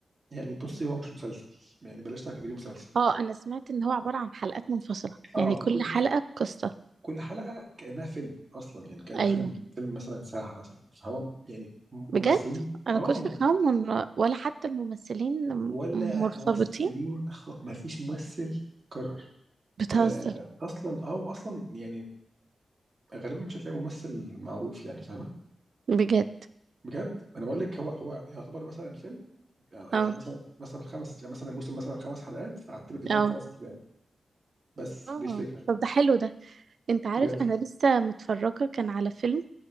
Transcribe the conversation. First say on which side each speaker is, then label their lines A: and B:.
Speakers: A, on the right; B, on the right.
A: يعني بصي هو مش مسلسل يعني بلاش تعتبريه مسلسل
B: اه انا سمعت ان هو عباره عن حلقات منفصله
A: اه
B: يعني كل
A: وكل
B: حلقه بقصه
A: كل حلقة كأنها فيلم اصلا يعني كأنها
B: ايوه
A: فيلم فيلم مثلا ساعة مثلا فهو يعني م-
B: بجد
A: ممثلين
B: انا
A: اه
B: كنت
A: م-
B: فاهمه ان ولا حتى الممثلين م-
A: ولا
B: مرتبطين
A: ممثلين خ... ما فيش ممثل اتكرر
B: بتهزر
A: آه، اصلا اه واصلا يعني غالبا مش هتلاقي ممثل معروف يعني فاهمه
B: بجد
A: بجد انا بقول لك هو هو يعتبر مثلا فيلم آه، يعني
B: اه
A: مثلا مثلا خمس يعني مثلا موسم مثلا خمس حلقات فاعتبر ان
B: اه
A: هو خمس افلام بس
B: اه
A: دي الفكره
B: طب ده حلو ده انت عارف
A: جامد
B: انا لسه متفرجه كان على فيلم